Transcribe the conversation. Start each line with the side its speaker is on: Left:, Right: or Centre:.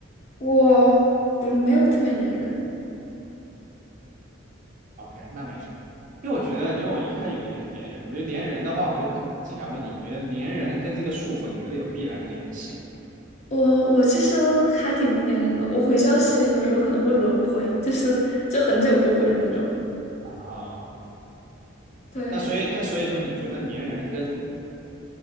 Left: 我不没有特别粘人。
Right: OK，那没什么，因为我觉得，因为我一开始以为你粘人，我觉得粘人的话，我就正想问你，你觉得粘人跟这个束缚，你觉得有必然的联系
Left: 我我其实还挺不粘人的，我回消息有时候可能会轮回，就是就很久不回的那种。
Right: 吗啊？
Left: 对，
Right: 那所以，那所以说，你觉得粘人跟